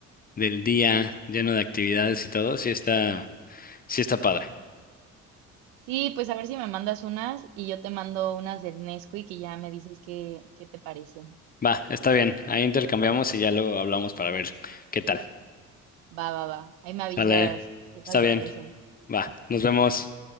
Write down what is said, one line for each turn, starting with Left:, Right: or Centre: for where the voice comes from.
Left: del día lleno de actividades y todo, sí está, sí está padre.
Right: Sí, pues a ver si me mandas unas y yo te mando unas del Nesquik y ya me dices qué, qué te parece.
Left: Va, está bien. Ahí intercambiamos y ya luego hablamos para ver qué tal.
Right: Va, va, va. Ahí me
Left: Sale,
Right: avisas qué
Left: está
Right: tal
Left: bien.
Right: te parecen.
Left: Va, nos vemos.